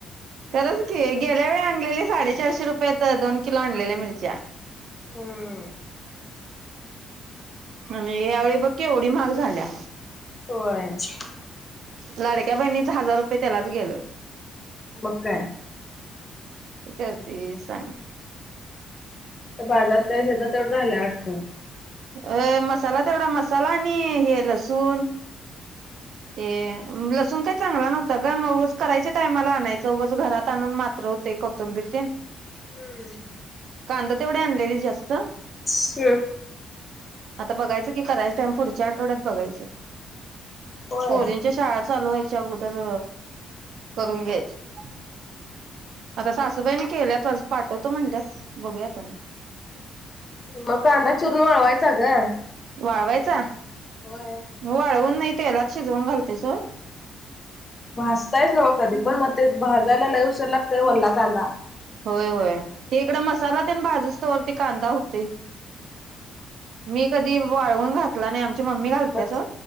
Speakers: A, on the right; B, on the left.
A: खरंच की गेल्या वेळी आणलेली साडेचारशे रुपये त दोन किलो आणलेल्या मिरच्या
B: हम्म
A: आणि या वेळी बघ की केवढी महाग झाल्या.
B: होय. <unintelligible>
A: लाडक्या बहिणीच हजार रुपये त्यालाच गेलं.
B: मग काय
A: करते सांग
B: तर बाजार चा ह्याचा तेवढा राहिलाय वाटतं.
A: अ मसाला तेवढा मसाला आणि हे लसूण ते लसूण काय चांगला नव्हता ग मग उगाच करायच्या टायमाला आणायचा उगाच घरात प्रमाण मात्र होते कोथिंबीर तेन
B: हम्म.
A: कांदा तेवढे आणलेली जास्त
B: <inaudible>
A: आता बघायचं कि करायच टाइम पुढ च्या आठवड्यात बघायचं.
B: होय
A: पोरींच्या शाळा चालू व्हय च्या अगोदर करून घ्यायचो आता सासूबाईने केल्याचच पाठवतो म्हणल्यात बघूया आता मग
B: मग कांदा चिरून वाळवायचा ग
A: वाळवायचा
B: होय
A: वाळवून नाही तेलात शिजवून घालतेस व्हय
B: भाजतायत ना व कधी पण मग ते भाजायला लई उशीर लागतोय वल्ला कांदा
A: होय होय ते इकड मसाला तेन भाजसतो वर ते कांदा होते मी कधी वाळवून घातला नाही आमची मम्मी घालते
B: मग
A: स